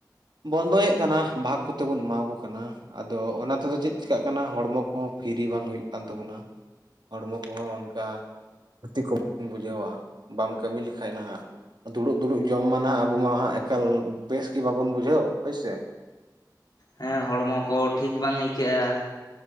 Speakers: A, on the right; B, on the left.
A: ᱵᱚᱱᱫᱚᱭᱮᱜ ᱠᱟᱱᱟ, ᱵᱷᱟᱜᱽ ᱠᱚᱛᱮ ᱵᱚᱱ ᱮᱢᱟᱣ ᱟᱠᱚ ᱠᱟᱱᱟ᱾ ᱟᱫᱚ ᱚᱱᱟ ᱛᱮᱫᱚ ᱪᱮᱫ ᱪᱤᱠᱟᱜ ᱠᱟᱱᱟ ᱦᱚᱲᱢᱚ ᱠᱚᱦᱚᱸ ᱯᱷᱤᱨᱤ ᱵᱟᱝ ᱦᱩᱭᱩᱜ ᱠᱟᱱ ᱛᱟᱵᱚᱱᱟ᱾ ᱦᱚᱲᱢᱚ ᱠᱚᱦᱚᱸ ᱚᱱᱠᱟ ᱠᱷᱩᱛᱤ ᱠᱚ <inaudible> ᱵᱩᱡᱷᱟᱹᱣᱟ ᱵᱟᱢ ᱠᱟᱹᱢᱤ ᱞᱮᱠᱷᱟᱡ ᱱᱟᱦᱟᱜ ᱾ ᱫᱩᱲᱩᱵ ᱫᱩᱲᱩᱵ ᱡᱚᱢ ᱢᱟ ᱱᱟᱦᱟᱜ ᱟᱵᱚ ᱢᱟ ᱦᱟᱸᱜ ᱮᱠᱟᱞ ᱵᱮᱥ ᱜᱮ ᱵᱟᱵᱚᱱ ᱵᱩᱡᱷᱟᱹᱣ ᱦᱳᱭ ᱥᱮ ᱾
B: ᱦᱮᱸ ᱦᱚᱲᱢᱚ ᱠᱚ ᱴᱷᱤᱠ ᱵᱟᱝ ᱟᱹᱭᱠᱟᱹᱜᱼᱟ᱾